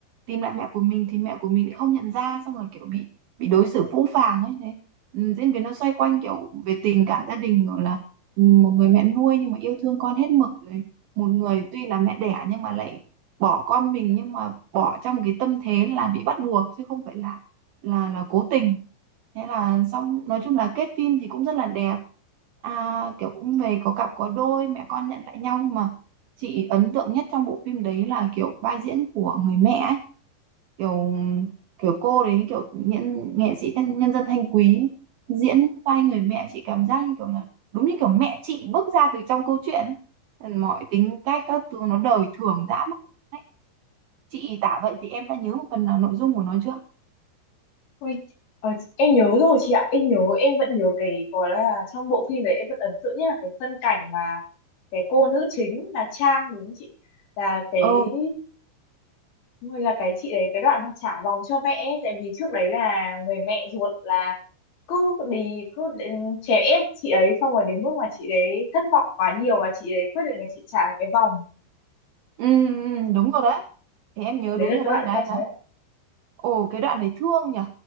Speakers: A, on the right (about 75°); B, on the left (about 55°).
A: tìm lại mẹ của mình thì mẹ của mình lại không nhận ra xong rồi kiểu bị bị đối xử phũ phàng ấy đấy Ừm, diễn biến nó xoay quanh kiểu về tình cảm gia đình rồi là ừ, một người mẹ nuôi nhưng mà yêu thương con hết mực rồi một người tuy là mẹ đẻ nhưng mà lại bỏ con mình nhưng mà bỏ trong cái tâm thế là bị bắt buộc chứ không phải là là là cố tình thế là xong nói chung là kết phim thì cũng rất là đẹp à, kiểu cũng về có cặp có đôi mẹ con nhận lại nhau nhưng mà chị ấn tượng nhất trong bộ phim đấy là kiểu vai diễn của người mẹ ấy. kiểu kiểu cô đấy kiểu nhân, nghệ sĩ nhân, nhân dân Thanh Quý diễn vai người mẹ chị cảm giác như kiểu là đúng như kiểu mẹ chị bước ra từ trong câu chuyện ấy mọi tính cách các thứ nó đời thường dã man đấy chị tả vậy thì em đã nhớ một phần nào nội dung của nó chưa
B: ui ờ, em nhớ rồi chị ạ em nhớ em vẫn nhớ cái gọi là trong bộ phim đấy em vẫn ấn tượng nhất là cái phân cảnh mà cái cô nữ chính là Trang đúng không chị là cái
A: ừ,
B: Đúng Rồi là cái chị đấy cái đoạn mà trả vòng cho mẹ ấy, tại vì trước đấy là người mẹ ruột là cứ đi cứ đến chèn ép chị ấy xong rồi đến mức mà chị đấy thất vọng quá nhiều và chị đấy quyết định là chị trả lại cái vòng
A: ừ ừ, đúng rồi đấy thì em nhớ
B: đấy
A: đúng
B: là
A: rồi
B: cái
A: đấy
B: đoạn
A: đấy
B: ca
A: đấy
B: trái
A: ồ cái đoạn đấy thương nhở